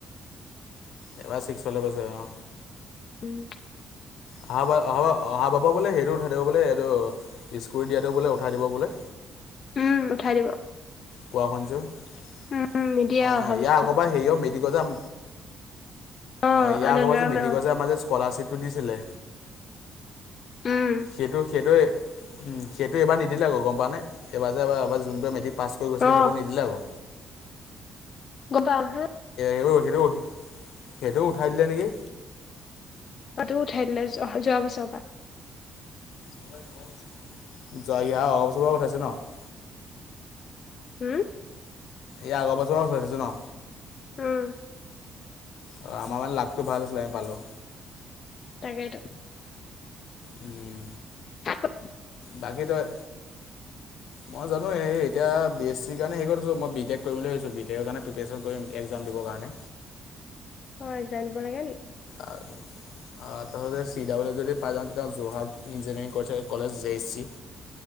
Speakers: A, on the left; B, on the left.
A: এবাৰ ছিক্সলে গৈছে অহ।
B: উম।
A: অহা বা অহা অহা বাবা পৰা বোলে হেৰি উঠাই দিব বোলে এইটো্ ইস্কুটি দিয়াটো বোলে উঠাই দিব বোলে।
B: উম উঠাই দিব।
A: কোৱা শুনিছোঁ অহ
B: উম উম নিদিয়ে অহা
A: ইয়াৰ
B: বছৰ
A: আগৰ পৰা হেৰি পৰা মেট্ৰিকৰ যে।
B: অ
A: অহ ইয়াৰ
B: আনন্দৰাম
A: আগৰ যে মেট্ৰিকৰ
B: অ
A: যে আমাৰ স্কলাৰশ্বিপটো উম দিছিলে
B: উম
A: সেইটো সেইটোৱে। সেইটো এইবাৰ নিদিলে আকৌ গম পাঅ নে? এইবাৰ যে যে এবাৰ যোনবোৰ মেট্ৰিক পাছ কৰি গৈছিলে।
B: অ
A: সেইবোৰ নিদিলে আকৌ।
B: কোটা আছে?
A: এইটো এইটো সেইটো উঠাই দিলে নেকি?
B: অ তোৰ উঠাই দিলে যোৱা বছৰৰ পৰা।
A: যোৱা ইৱাৰ আগৰ বছৰৰ পৰা উঠাইছে ন?
B: হুম',
A: ইয়াৰ আগৰ বছৰ পৰা উঠাই দিছে ন?
B: উম',
A: অ' আমাৰ মানে লাকটো ভাল আছিলে আমি পালোঁ।
B: তাকেটো,।
A: উম।
B: সেইটো।
A: বাকী তই। মই জানো সেই সেই এতিয়া বি এছ চি কাৰণে হেৰি কৰি থৈছোঁ। মই বি টেক কৰিম বুলি ভাবিছোঁ। বি টেক কাৰণে প্ৰিপেৰেশ্যন কৰিম একজামৰ কাৰণে।
B: অঁ একজাম দিবলৈকে হ'ল।
A: আৰু অঁ তাৰবাবে চি ডাবল ইউ যদি পাই যাওঁ, তেতিয়া Jorhat engineering college J H C